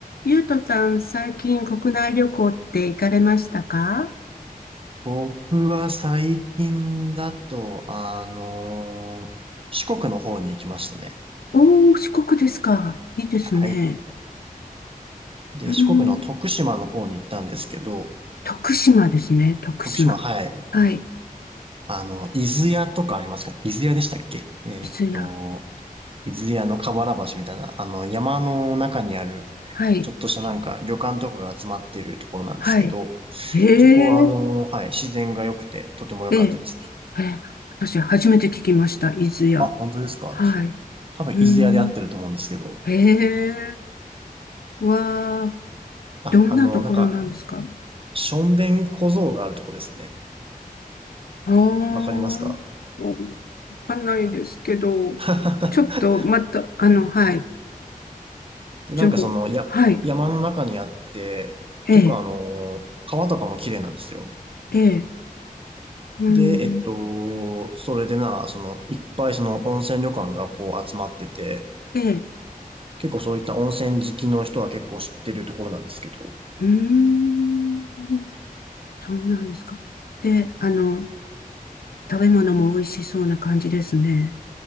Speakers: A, on the left; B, on the right.
A: ゆうとさん、最近国内旅行って行かれましたか
B: 僕は最近だと、あのー四国の方に行きましたね。
A: おー、四国ですか。いいですね。
B: はい。で、
A: うーん、
B: 四国の徳島の方に行ったんですけど、
A: 徳島ですね、徳島。
B: 徳島、はい。
A: はい、
B: あの、伊豆屋とかありますか伊豆屋でしたっけえーっと、
A: 伊豆や。
B: 伊豆屋の河原橋みたいな、あの、山の中にある、
A: はい、
B: ちょっとしたなんか旅館とかが集まってるところなんですけど、
A: はい。ええ
B: そこはあのーはい、自然が良くて、とても良かったですね。
A: ええ、ええ、私初めて聞きました、伊豆や。
B: あ、本当ですか
A: はい。う
B: 多分伊豆屋で合ってると思うんですけど、
A: ーん、へえ、わあ、
B: あ、
A: どんなところなんですか
B: あの、なんか、しょんべん小僧があるとこですね。
A: ああー、
B: わかりますか
A: わかんないですけど、
B: <laughs>
A: ちょっとまた、あの、はい。
B: で、
A: 情報。
B: なんかその、や、
A: はい。
B: 山の中にあって、
A: ええ、
B: 結構あの、川とかも綺麗なんですよ。
A: ええ、うーん、
B: で、えっと、それでな、その、いっぱいその温泉旅館がこう集まってて、
A: ええ、
B: 結構そういった温泉好きの人は結構知ってるところなんですけど、
A: うーん、そうなんですか。で、あの、食べ物も美味しそうな感じですね。